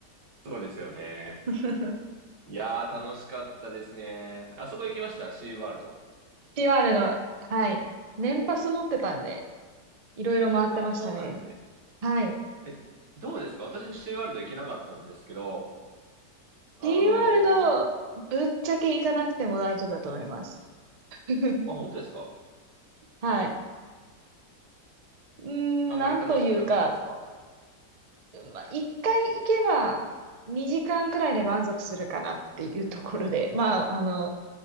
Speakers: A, on the right (about 75°); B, on the right (about 65°).
A: そうですよね。
B: <laughs>
A: いやー、楽しかったですね。あそこ行きましたシーワールド。
B: シー r の、はい。年パス持ってたんで、いろいろ回ってましたね。
A: ああ、そうなんですね。
B: はい。
A: え、どうですか私シーワールド行けなかったんですけど、あの
B: シーワールド、ぶっちゃけ行かなくても大丈夫だと思います。<laughs>
A: ーあ、本当ですか
B: はい。うーん、
A: あんまり楽しくなかったですか
B: なんというか、まあ、一回行けば2時間くらいで満足するかなっていうところで、まあ、あの、